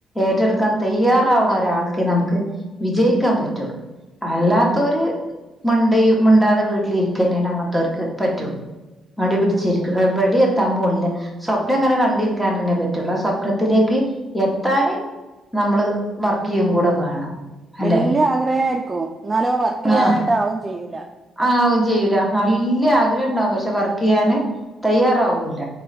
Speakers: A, in the centre; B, on the right.
A: ഏറ്റെടുക്കാം തയ്യാറാവുന്ന ഒരാൾക്കെ നമുക്ക് വിജയിക്കാൻ പറ്റുള്ളൂ. അല്ലാത്തോര് മണ്ടി മിണ്ടാതെ വീട്ടിലിരിക്കന്നെണ് അങ്ങനത്തോ ര്ക്ക് പറ്റൊള്ളൂ. മടി പിടിച്ചിരിക്ക്ണോല്
B: അതെ
A: എവടിം എ ത്താൻ പോണില്ല. സ്വപ്നങ്ങനെ കണ്ടിരിക്കാന ന്നെ പറ്റൊള്ളൂ. ആഹ് സ്വപ്ന ത്തിലേക്ക് എത്താന്. നമ്മള് വർക്ക യ്യും കൂടെ വേണം. അല്ലെ
B: വല്യേ ആഗ്രഹാരിക്കും. ഇന്നാലോ വർക്ക് ചെയ്യാനോട്ട്
A: ആഹ്
B: ആവും ചെയ്യൂല.
A: ആവും ചെയ്യൂല. വല്യേ
B: ആഹ്
A: ആഗ്രഹം ഇണ്ടാവും പക്ഷെ വർക്ക് ചെയ്യാന്
B: ആഹ്
A: തയ്യാറാവൂല.